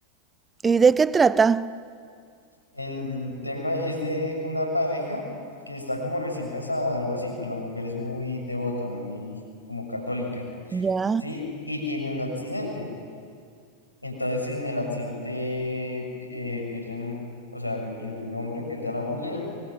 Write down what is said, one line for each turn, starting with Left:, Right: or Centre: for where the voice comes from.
Right: ¿Y de qué trata?
Left: El tema es de una pareja que está como recién casada, algo así, pues la mujer es muy devota, muy como católica,
Right: Ya,
Left: ¿sí? Y tiene un accidente. Entonces en el accidente eh, pierden, o sea, el, el hombre pierde a la mujer